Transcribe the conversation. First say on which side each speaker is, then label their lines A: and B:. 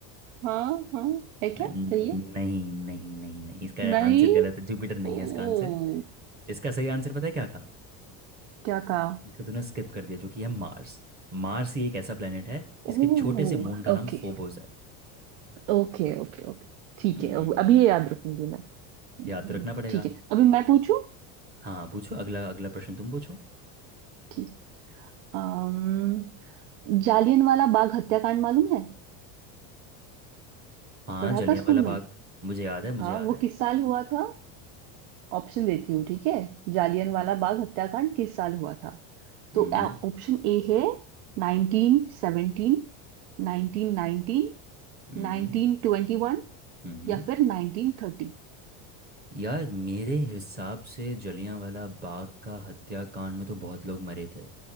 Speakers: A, on the right; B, on the right.
A: हाँ हाँ है क्या
B: न-
A: सही है
B: नहीं नहीं नहीं नहीं इसका
A: नहीं
B: आंसर गलत है जुपिटर नहीं
A: ओ
B: है इसका आंसर इसका सही आंसर पता है क्या था
A: क्या था
B: जिसको तूने स्किप कर दिया जो कि है मार्स मार्स ही एक ऐसा प्लेनेट है
A: ओ
B: जिसके छोटे से मून का नाम
A: ओके
B: फोबोस है
A: ओके ओके ओके ठीक
B: हम्म,
A: है अब- अभी ये याद रखूंगी मैं हम्म,
B: याद तो रखना पड़ेगा
A: ठीक है अभी मैं पूछूं
B: हाँ पूछो अगला अगला प्रश्न तुम पूछो
A: ठीक है अम, जालियनवाला बाग हत्याकांड मालूम है
B: हाँ
A: पढ़ा
B: जलियांवाला
A: था स्कूल
B: बाग
A: में
B: मुझे याद है मुझे
A: हाँ
B: याद
A: वो
B: है
A: किस साल हुआ था ऑप्शन देती हूँ ठीक है जालियनवाला बाग हत्याकांड किस साल हुआ था
B: हम्म
A: तो ऑप्शन ए है 1917 1919
B: हम्म
A: 1921
B: हम्म हम्म।
A: या फिर 1930
B: यार मेरे हिसाब से जलियांवाला बाग का हत्याकांड में तो बहुत लोग मरे थे